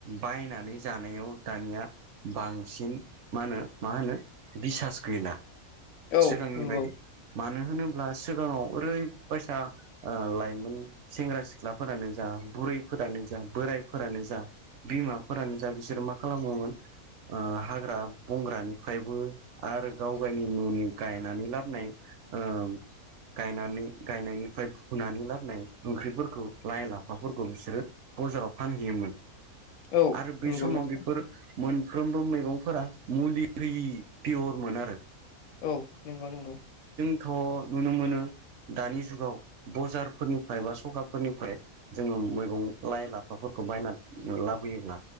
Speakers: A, on the right (about 65°); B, on the left (about 75°).
A: बायनानै जानायाव दानिया बांसिन मा होनो मा होनो बिसास गैला।
B: औ
A: सिगांनि
B: नंगौ।
A: बायदि मानो होनोब्ला सिगाङाव ओरैबायसा ओ लाइमोन सेंग्रा सिख्लाफोरानो जा बुरैफोरानो जा बोरायफोरानो जा बिमाफोरानो जा बिसोरो मा खालामोमोन ओ हाग्रा बंग्रानिफ्रायबो आरो गाव गावनि न'नि गायनानै लाबनाय <inaudible> ओ गायनानै गायनायनिफ्राय फुनानै लाबोनाय ओंख्रिफोरखौ लाइ लाफाफोरखौ बिसोरो बजाराव फानहैयोमोन
B: औ
A: आरो बै
B: नंगौ
A: समाव
B: नोंथां
A: बेफोर मोनफ्रोमबो मैगंफोरा मुलि होयि पियरमोन आरो।
B: औ नंगौ नंगौ।
A: थ' नुनो मोनो दानि जुगाव बजारफोरनिफ्राय बा सखाफोरनिफ्राय जोङो मैगं लाइ लाफाफोरखौ बायनानै लाबोयोब्ला